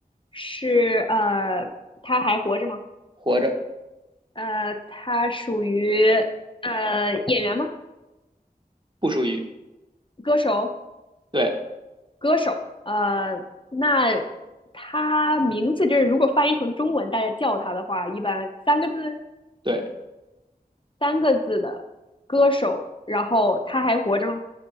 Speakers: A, on the left (about 35°); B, on the right (about 30°).
A: 是呃，他还活着吗？
B: 活着，
A: 呃，他属于呃演员吗？
B: 不属于，
A: 歌手？
B: 对
A: 歌手，呃，那他名字就是如果翻译成中文，大家叫他的话，一般三个字
B: 对，
A: 三个字的歌手，然后他还活着吗？